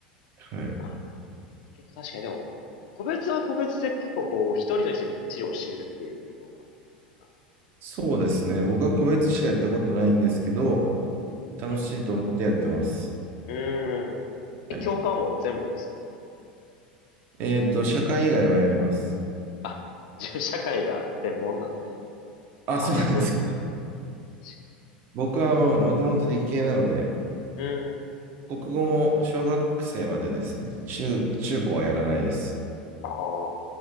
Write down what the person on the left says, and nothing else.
た。結構確かにでも、個別は個別で結構こう、一人の人にみっちり教えるっていうところは、なんか
ね。うーん。え、
教科はもう全部ですか
あ、自分社会が専門なんで、
真逆ですね。
確か
に。うーん。
ああ、そ